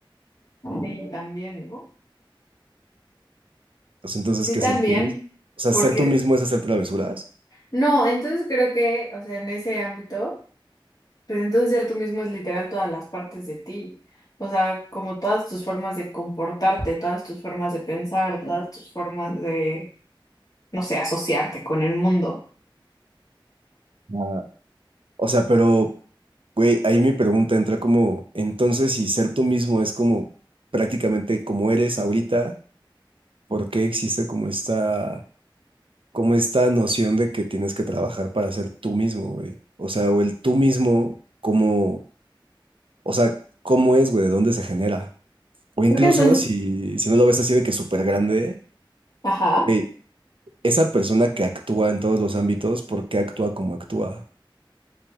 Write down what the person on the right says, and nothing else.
O sea, entonces,
¿qué
es el tú mismo? O sea,
ser tú mismo es hacer travesuras.
Ah, O sea, pero Güey, ahí mi pregunta entra como, entonces si ser tú mismo es como prácticamente como eres ahorita, ¿por qué existe como esta, como esta noción de que tienes que trabajar para ser tú mismo, güey? O sea, o el tú mismo, como, o sea, ¿cómo es, güey? ¿De dónde se genera? O incluso
si, si no lo ves así de que súper grande,
güey, esa persona que actúa en todos los ámbitos, ¿por qué actúa como actúa?